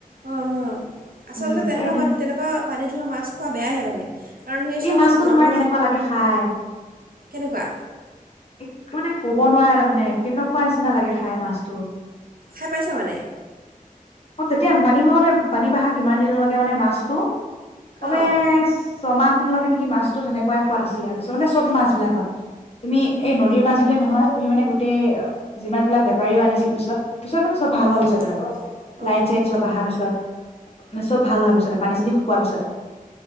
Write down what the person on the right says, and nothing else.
অ হয় আচলতে
তেনেকুৱা
পানী তেনেকুৱা পানীত ধোৱা মাছ খোৱা বেয়াহে মানে। কাৰণ সেই
চব
চব জাবৰ
কেনেকুৱা
খাই পাইছা মানে?
অঁ
অঁ
অঁ
অঁ
অঁ